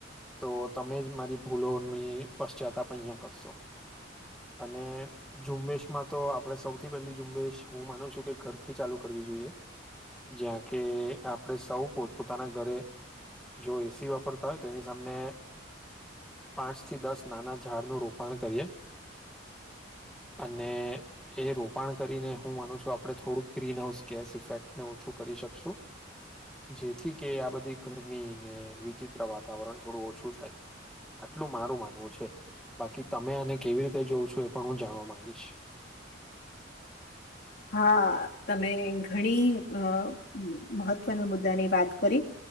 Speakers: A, in the centre; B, on the left.
A: તો તમે જ મારી ભૂલોની પશ્ચાતા પણ અહીંયા કરશો અને ઝુંબેશમાં તો આપણે સૌથી પહેલી ઝુંબેશ હું માનું છું કે ઘરથી ચાલુ કરવી જોઈએ જ્યાં કે આપણે સૌ પોતપ પોતાના ઘરે જો એસી વાપરતા હોય તો એની સામેને પાંચ થી દસ નાના ઝાડનું રોપણ કરીએ અને એ રોપણ કરીને હું માનું છું આપણે થોડુંક ગ્રીન હાઉસ ગેસ ઇફેક્ટને ઓછું કરી શકશું જેથી કે આ બધી ગરમી ને વિચિત્ર વાતાવરણ થોડું ઓછું થાય આટલું મારું માનવું છે બાકી તમે આને કેવી રીતે જોઉં છું એ પણ હું જાણવા માંગીશ
B: હા તમે ઘણી અ મ મહત્વના મુદ્દાની વાત કરી